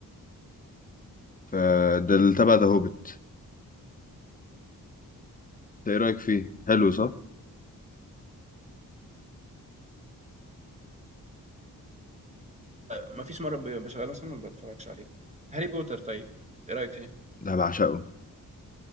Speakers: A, on the left (about 20°); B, on the right (about 15°).
A: فده اللي تبع ذا هوبيت ايه رأيك فيه حلو صح
B: ما فيش مره ب- بشغله مثلا ما بتفرجش عليه هاري بوتر طيب ايه رايك فيه
A: لا بعشقه